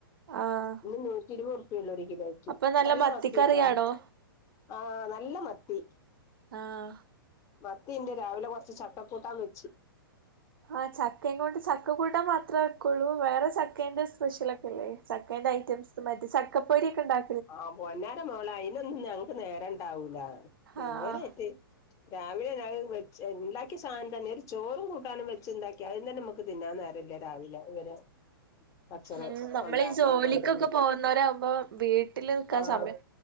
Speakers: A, on the right; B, on the left.
A: ആഹ്
B: ഇന്ന് നൂറ്റി ഇരുപത് റു പ്പ്യൊള്ളൊര് കിലോയ്ക്ക്
A: അപ്പൊ
B: നല്ല
A: മത്തിക്കറിയാണോ
B: മത്തീട്ടാ ആഹ് നല്ല മത്തി
A: ആഹ്
B: മത്തീണ്ട് രാവിലെ കൊറച്ച് ചക്കകൂട്ടാൻ വെച്ച്
A: ആഹ് ചക്കേം കൊണ്ട് ചക്ക കൂട്ടാൻ മാത്രേ വെക്ക്വൊള്ളൂ വേറെ ചക്ക ക്കേന്റെ സ്പെഷ്യലക്കെല്ലേ ചക്കേന്റെ ഐറ്റംസ് മറ്റേ ചക്കപ്പൊരിക്കെണ്ടാക്ക്
B: ആഹ് പൊന്നാരമോളെ അയ്നൊന്നും ഞങ്ങ്ക്ക് നേരണ്ടാവൂല
A: ആഹ്
B: ഇവരെത്തി രാവിലെ ഞാന് വെച്ച് ണ്ടാക്ക്യ സാധനം തന്നെ ഒര് ചോറും കൂട്ടാനും വെച്ച്ണ്ടാക്കി അതന്നെ നമക്ക് ക്ക്തിന്നാൻ നേരല്ല്യ രാവിലെ ഇവരെ ഭക്ഷണം
A: ഉം നമ്മളീ
B: കൊണ്ടാക്കലും
A: ജോലിക്കക്കെ
B: കൊണ്ടരലും
A: പോവുന്നവരാമ്പോ വീട്ടില് നിക്കാൻ
B: ആഹ്
A: സമയം